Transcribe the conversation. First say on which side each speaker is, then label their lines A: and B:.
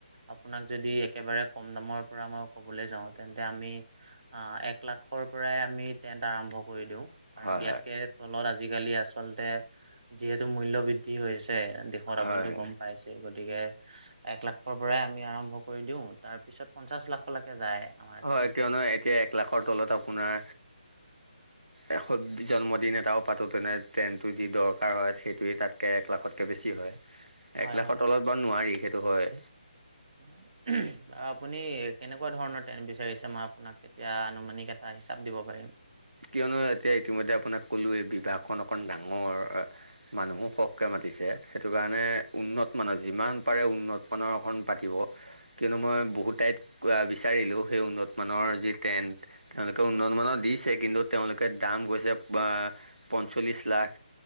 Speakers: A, on the right; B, on the right.
A: আপোনাক যদি একেবাৰে কম দামৰ পৰা মই ক'বলৈ যাওঁ, তেন্তে আমি আহ, এক লাখৰ পৰাই আমি টেন্ট আৰম্ভ কৰি দিওঁ। কাৰণ
B: হয়
A: ইয়াতকে তলত আজিকালি আচলতে, যিহেতু মূল্যবৃদ্ধি হৈছে। দেশত, আপুনিতো
B: হয় হয়
A: গম পাইছেই, গতিকে এক লাখৰ পৰাই আমি আৰম্ভ কৰি দিওঁ, তাৰপিছত পঞ্চাশ লাখলৈকে যায়। আমাৰ
B: হয়,
A: টেণ্ট
B: কিয়নো এতিয়া এক লাখৰ তলত আপোনাৰ এ জন্মদিন এটাও পাতোতেনে ট্ৰেনটো যি দৰকাৰ হয়, সেইটোৱেই তাত কে এক লাখতকৈ বেছি হয়,
A: হয়
B: এক লাখৰ
A: হয়
B: তলত বাৰু নোৱাৰি, সেইটো হয়।
A: হুহ। বাৰু আপুনি কেনেকুৱা ধৰণৰ টেণ্ট বিচাৰিছে? মই আপোনাক তেতিয়া আনুমানিক এটা হিচাপ দিব পাৰিম।
B: কিয়নো এতিয়া ইতিমধ্যে আপোনাক ক'লোৱেই, বিবাহখন অকণমান ডাঙৰ। মানুহো সৰহকৈ মাতিছে, সেইটো কাৰণে উন্নত মানৰ, যিমান পাৰে উন্নত মানৰ অকমান পাতিব কিয়নো মই বহুত ঠাইত বিচাৰিলোঁ, সেই উন্নত মানৰ যি টেণ্ট, তেওঁলোকে উন্নতমানৰ দিছে কিন্তু তেওঁলোকে দাম কৈছে, পঞ্চল্লিছ লাখ